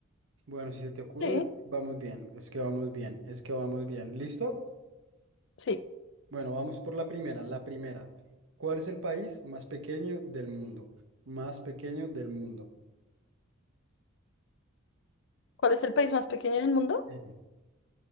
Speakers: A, on the right; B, on the left.
A: Bueno, si se te ocurre,
B: Sí,
A: vamos bien, es que vamos bien, es que vamos bien. ¿Listo?
B: sí.
A: Bueno, vamos por la primera. La primera. ¿Cuál es el país más pequeño del mundo? Más pequeño del mundo.
B: ¿Cuál es el país más pequeño del mundo?
A: Sí.